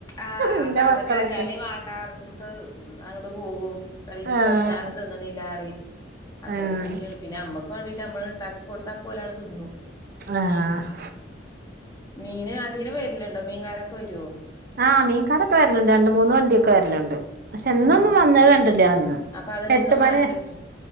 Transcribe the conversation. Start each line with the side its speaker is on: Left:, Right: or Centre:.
Left: ആഹ്
Right: ഇന്റെ
Left: അപ്പ അതൊക്കെ
Right: മക്കളൊക്കെ
Left: ഒരു <unintelligible> ട്ട് അത് പോകും <unintelligible>
Right: ആഹ്
Left: ഞാൻ തിന്നണില്ലാറിയും അതൊരു
Right: ആഹ്
Left: തന്നെ ണ് പിന്നെ നമ്മക്ക് വേണ്ടീട്ട് നമ്മള് ഉണ്ടാക്കി കൊടുത്തഅപ്പൊ ഓല് ങ്ങാൻഡ് തിന്നും
Right: ആഹ്
Left: മീന് അതിലെ വരുന്നുണ്ടോ മീൻകാരൊക്കെ വരോ
Right: ആഹ് മീൻകാരൊക്കെ വരലുണ്ട് രണ്ട് മൂന്ന് വണ്ടിയൊക്കെ വരലുണ്ട് ക്ഷെ ഇന്നൊന്നും
Left: ആഹ്
Right: വന്നത്കണ്ടില്ലെന്ന്
Left: അപ്പൊ അതിന്
Right: എട്ട്
Left: ഇന്ന് മഴയായിട്ട്
Right: മണി